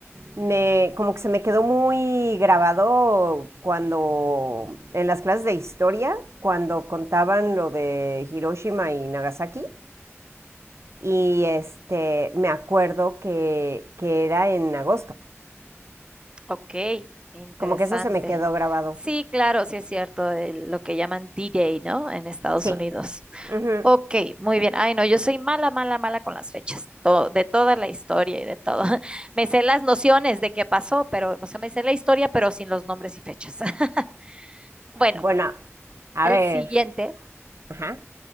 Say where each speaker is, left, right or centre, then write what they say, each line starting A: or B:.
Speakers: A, on the right; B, on the right.
A: me como que se me quedó muy grabado cuando en las clases de historia, cuando contaban lo de Hiroshima y Nagasaki y este, me acuerdo que, que era en agosto.
B: Ok, interesante.
A: Como que eso se me quedó grabado.
B: Sí, claro, sí es cierto, el- lo que llaman D-Day, ¿no? En Estados
A: Sí.
B: Unidos.
A: Ujú.
B: Ok, muy bien. Ay, no, yo soy mala, mala, mala con las fechas, to- de toda la historia y de todo. <laughs> Me sé las nociones de qué pasó, pero, o sea, me sé la historia, pero sin los nombres y fechas. <laughs> Bueno,
A: Bueno, a
B: el
A: ver.
B: siguiente.
A: Ajá.